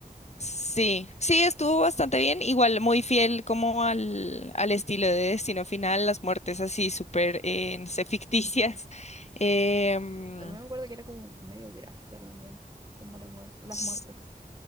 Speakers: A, on the left (about 45°); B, on the right (about 25°).
A: Sí, sí, estuvo bastante bien, igual muy fiel como al, al estilo de Destino Final, las muertes así súper, eh, no sé, ficticias. <laughs> Em,
B: También me acuerdo que era como medio gráfica también, como la muer- las
A: s-
B: muertes.